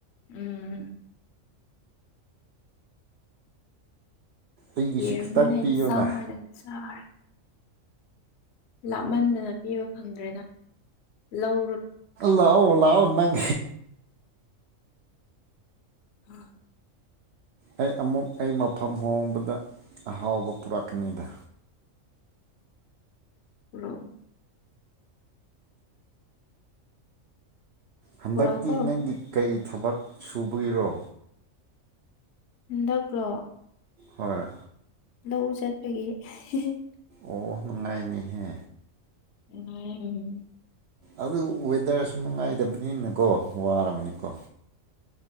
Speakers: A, on the left; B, on the right.
A: ꯎꯝ
B: ꯑꯩꯒꯤꯁꯨ
A: ꯌꯦꯔꯨꯝꯅ
B: ꯈꯤꯇꯪ
A: ꯑꯦꯟꯁꯥꯡ
B: ꯄꯤꯌꯨꯅ
A: ꯑꯣꯏꯅ ꯆꯥꯔꯦ ꯂꯥꯞꯃꯟꯕꯅ ꯄꯤꯕ ꯐꯪꯗ꯭ꯔꯦꯗ ꯂꯧ
B: ꯂꯥꯎꯑꯣ ꯂꯥꯎꯑꯣ ꯅꯪ
A: ꯍꯣꯏ
B: ꯑꯩ ꯑꯃꯨꯛ ꯑꯩ ꯃꯐꯝ ꯍꯣꯡꯕꯗ ꯑꯍꯥꯎꯕ ꯄꯨꯔꯛꯀꯅꯤꯗ
A: ꯄꯨꯔꯛꯑꯣ
B: ꯍꯟꯗꯛꯇꯤ
A: ꯄꯨꯔꯛꯎꯀꯣ
B: ꯅꯪꯒꯤ ꯀꯔꯤ ꯊꯕꯛ ꯁꯨꯕꯒꯤꯔꯣ
A: ꯍꯟꯗꯛꯂꯣ
B: ꯍꯣꯏ
A: ꯂꯧ ꯆꯠꯄꯒꯤ ꯍꯤ ꯍꯤ
B: ꯑꯣ ꯅꯨꯡꯉꯥꯏꯅꯤꯍꯦ
A: <unintelligible>
B: ꯑꯗꯨ ꯋꯦꯗꯔꯁꯨ ꯅꯨꯡꯉꯥꯏꯇꯕꯅꯤꯅꯀꯣ ꯋꯥꯔꯕꯅꯤꯀꯣ